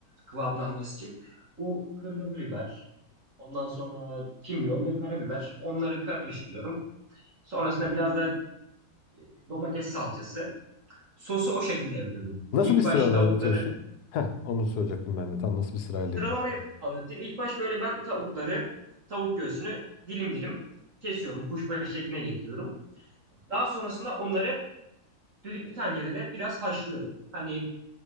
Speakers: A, on the right; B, on the left.
A: kıvamını alması için. Bu kırmızı biber, ondan sonra kimyon ve karabiber. Onları karıştırıyorum. Sonrasında biraz da e, domates salçası. Sosu o şekilde yapıyorum.
B: Nasıl
A: İlk
B: bir sırayla
A: baş tavukları
B: atıyorsun? Heh, onu soracaktım ben de. Tam nasıl bir sırayla
A: sıralamayı
B: yapıyorsun?
A: anlatayım. İlk baş böyle ben tavukları, tavuk göğsünü dilim dilim kesiyorum. Kuşbaşı şekline getiriyorum. Daha sonrasında onları düdüklü tencerede biraz haşlıyorum. Hani